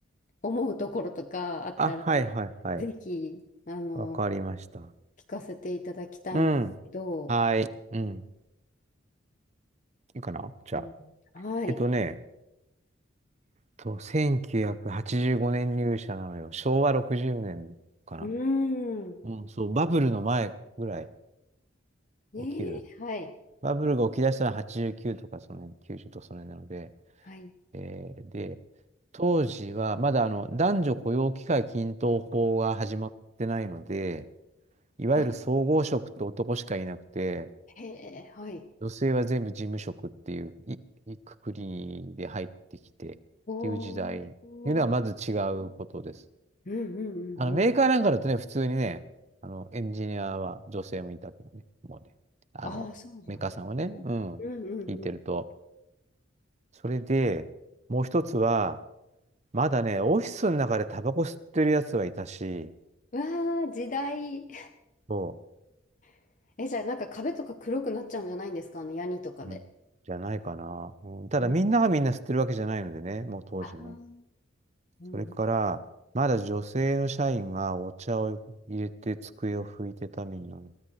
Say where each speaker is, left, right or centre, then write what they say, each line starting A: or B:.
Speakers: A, on the left; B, on the right.
A: う。思うところとかあったら、
B: あ、はい、はい、はい。
A: ぜひ、あの、
B: わかりました。
A: 聞かせていただきたいんですけど、
B: うん。はい。うん。いいかなじゃあ。
A: うん、はい。
B: えっとね、と、1985年入社なのよ。昭和60年かな。
A: うーん。
B: うん、そう、バブルの前ぐらい
A: ねえ、
B: 起きる。
A: はい。
B: バブルが起き出したのは89とか、その辺、90とその辺なので、
A: はい。
B: えーで、当時はまだあの男女雇用機会均等法が始まってないので、いわゆる総合職って男しかいなくて、
A: あ、へえ、はい。
B: 女性は全部事務職っていう、い、いくくりで入ってきてっていう時代っていうのはまず違うことです。
A: おー。おーうんうんうんうん。
B: あのメーカーなんかだとね、普通にね、あのエンジニアは女性もいたけどね、もうね、あのメーカーさんはね、
A: ああ、そうなんですね。
B: うん、
A: うんうんうん。
B: 聞いてると。それで、もう一つは、まだね、オフィスの中でタバコ吸ってるやつはいたし、
A: うわー時代。
B: そ
A: <laughs> え、じゃあ、なんか壁とか黒くなっちゃうんじゃないんですかあの、ヤニとかで。
B: う、うんじゃないかな、うんただみんながみんな吸ってるわけじゃないのでね、
A: うん。
B: もう当時ね。
A: ああ、うん。
B: それから、まだ女性の社員がお茶を入れて机を拭いてたみんなの。